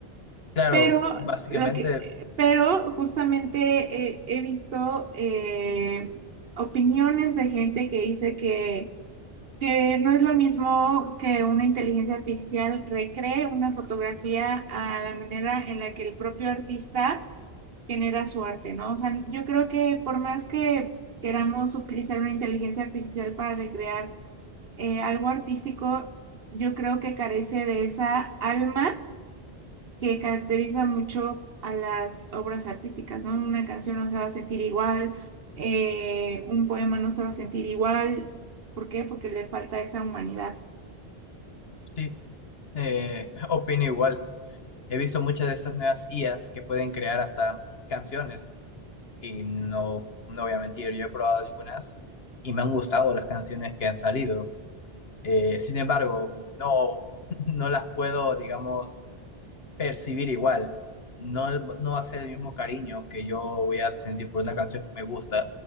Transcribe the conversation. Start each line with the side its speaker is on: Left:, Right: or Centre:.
Left: claro,
Right: Pero
Left: básicamente
Right: lo que, pero justamente eh, he visto eh, opiniones de gente que dice que, que no es lo mismo que una inteligencia artificial recree una fotografía a la manera en la que el propio artista genera su arte, ¿no? O sea, yo creo que por más que queramos utilizar una inteligencia artificial para recrear eh, algo artístico, yo creo que carece de esa alma que caracteriza mucho a las obras artísticas, ¿no? Una canción no se va a sentir igual, eh, un poema no se va a sentir igual. ¿Por qué? Porque le falta esa humanidad.
Left: sí, eh, <laughs> opino igual. He visto muchas de estas nuevas IAs que pueden crear hasta canciones Y no, no voy a mentir, yo he probado algunas y me han gustado las canciones que han salido. Eh, sin embargo, no, <laughs> no las puedo, digamos, percibir igual. No, no va a ser el mismo cariño que yo voy a sentir por una canción que me gusta